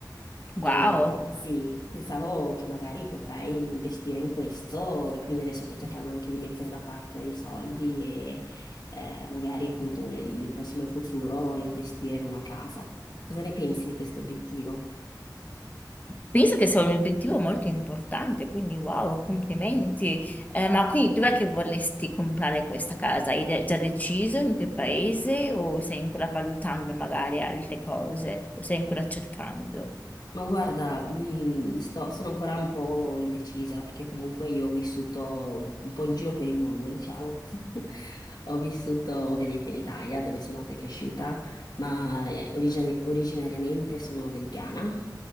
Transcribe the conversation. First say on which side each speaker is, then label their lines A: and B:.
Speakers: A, on the left; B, on the left.
A: Wow,
B: E sì, pensavo che magari potrai investire in questo e quindi adesso sto cercando anche di mettere da parte dei soldi e eh, magari appunto nel, nel prossimo futuro investire in una casa. Cosa ne pensi di questo obiettivo?
A: penso che sia un obiettivo molto importante, quindi wow, complimenti. Eh, ma quindi dov'è che vorresti comprare questa casa? Hai de- già deciso in che paese o stai ancora valutando magari altre cose o stai ancora cercando?
B: Ma guarda, mh, sto- sono ancora un po' indecisa perché comunque io ho vissuto un po' in giro per il mondo, diciamo. <laughs> Ho vissuto ovviamente in Italia, dove sono nata e cresciuta, ma eh, origine- originariamente sono del Ghana,